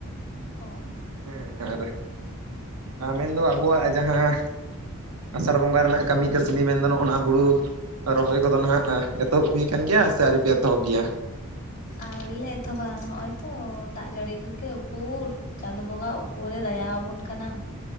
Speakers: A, on the left; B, on the right.
A: ᱚᱻ
B: ᱦᱮᱸ ᱟᱨ ᱢᱮᱱᱫᱚ ᱟᱵᱚᱣᱟᱜ ᱡᱟᱦᱟᱸ᱾ ᱟᱥᱟᱲ ᱵᱚᱸᱜᱟ ᱨᱮᱱᱟᱜ ᱠᱟᱹᱢᱤ ᱠᱟᱹᱥᱱᱤ ᱢᱮᱱᱫᱚ ᱱᱚᱜᱼᱱᱟ ᱦᱩᱲᱩᱼᱼ ᱨᱚᱦᱚᱭ ᱠᱚᱫᱚ ᱱᱟᱦᱟᱜ ᱮᱛᱚᱦᱚᱵ ᱦᱩᱭ ᱠᱟᱱ ᱜᱮᱭᱟ ᱥᱮ ᱟᱹᱣᱨᱤᱯᱮ ᱮᱛᱚᱦᱚᱵ ᱜᱮᱭᱟ?
A: ᱟᱹᱣᱨᱤ ᱞᱮ ᱮᱛᱚᱦᱚᱵᱟ ᱚᱦᱚᱸᱜᱼᱚᱭ ᱛᱚ ᱫᱟᱜ ᱡᱟᱹᱲᱤ ᱠᱚᱜᱮ ᱩᱠᱩᱨ? ᱪᱟᱸᱫ ᱵᱚᱸᱜᱟ ᱩᱠᱚᱨᱮ ᱫᱟᱭᱟ ᱟᱵᱚᱱ ᱠᱟᱱᱟ᱾